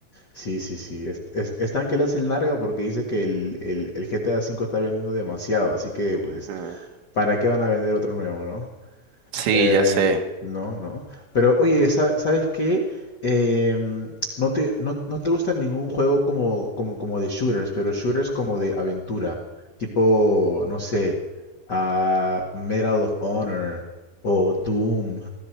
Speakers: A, on the left; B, on the right.
A: Sí, sí, sí. Es, es- están que le hacen larga porque dice que el, el, el GTA 5 está vendiendo demasiado. Así que pues,
B: Ujú.
A: ¿para qué van a vender otro nuevo, no?
B: Sí,
A: Eh,
B: ya sé.
A: no, no. Pero oye, sa- ¿sabes qué? Em, no te, no, no te gusta ningún juego como, como, como de shooters, pero shooters como de aventura. Tipo, no sé, ah, Medal of Honor o Doom